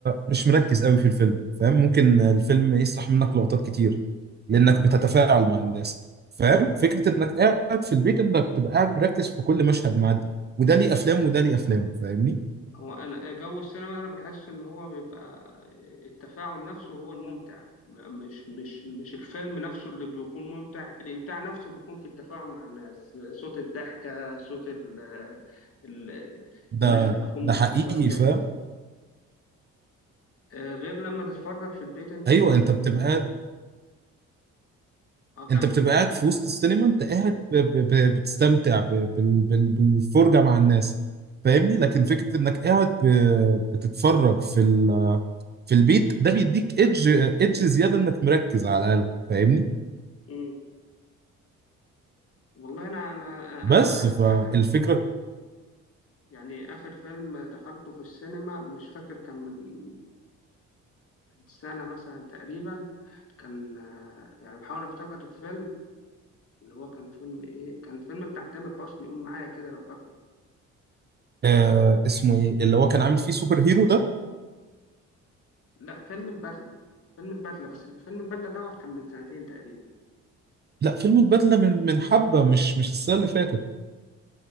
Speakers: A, on the right (about 35°); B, on the left (about 50°).
A: مش مركز قوي في الفيلم فاهم ممكن الفيلم يسرح منك لقطات كتير لانك بتتفاعل مع الناس فاهم فكره انك قاعد في البيت انك تبقى قاعد مركز في كل مشهد معدي وده ليه افلام وده ليه افلام فاهمني
B: هو انا آه، جو السينما انا بحس ان هو بيبقى آه، التفاعل نفسه هو الممتع مش مش مش الفيلم نفسه اللي بيكون ممتع الامتاع نفسه بيكون في التفاعل مع الناس صوت الضحكه صوت ال آه، ال
A: ده
B: الناس بتكون
A: ده
B: متاثره
A: حقيقي
B: كده
A: فاهم
B: آه، غير لما تتفرج في البيت انت
A: ايوه
B: بت-
A: انت بتبقى قاعد
B: اه كمل
A: انت بتبقى قاعد في وسط السينما انت قاعد ب... ب... ب... بتستمتع ب... بال... بال... بالفرجه مع الناس فاهمني لكن فكره انك قاعد ب... بتتفرج في ال... في البيت ده بيديك ايدج ايدج زياده انك مركز على الاقل فاهمني
B: مم. والله انا انا
A: بس
B: انا اخر
A: فالفكره
B: اخر يعني اخر فيلم دخلته في السينما مش فاكر كان من من سنة مثلا تقريبا كان آه، يعني بحاول افتكر الفيلم اللي هو كان فيلم ايه كان فيلم بتاع تامر حسني قول معايا كده لو فاكره
A: آه اسمه ايه اللي هو كان عامل فيه سوبر هيرو ده
B: لا فيلم البدلة فيلم البدلة بس فيلم البدلة دوت كان من سنتين تقريبا
A: لا فيلم البدله من من حبه مش مش السنه اللي فاتت